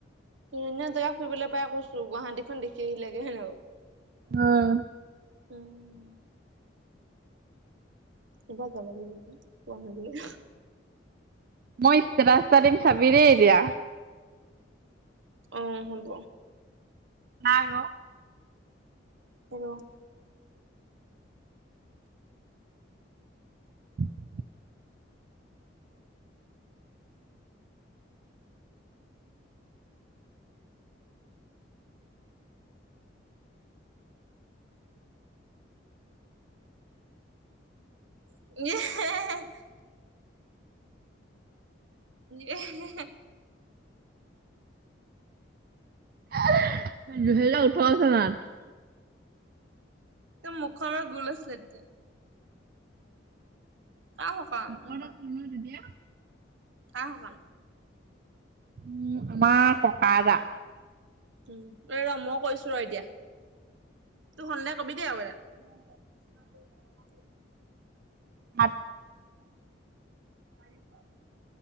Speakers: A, on the right (about 75°); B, on the right (about 50°).
A: ধুনীয়া জেগা ফুৰিব পাই কৈছো, গুৱাহাটীখন দেখি আহিলোগে হয়।
B: অহ'।
A: উম'। এইবাৰ যাব লাগিব গুৱাহাটী লে। -
B: মই ষ্টেটাছ এটা দিম চাবি দেই এতিয়া।
A: অহ', হব।
B: নাই অ।
A: হেল্লো।
B: <inaudible>
A: এ <unintelligible> উ <unintelligible>
B: <unintelligible> দুহেজাৰ উঠৰ চনত।
A: টোৰ মুখনৰ গোল আছিলে তেতিয়া। ক <unintelligible> কাম
B: শকত
A: এখন।
B: আছিলো ন তেতিয়া?
A: কাৰ শুকান?
B: উম, আমাৰ ককা এটা।
A: উম, এ ৰ মই কৈছো ৰ এতিয়া, তোৰ হ'ল নে কবি দেই <unintelligible> মন ল <unintelligible>
B: মাত
A: তাৰি <unintelligible>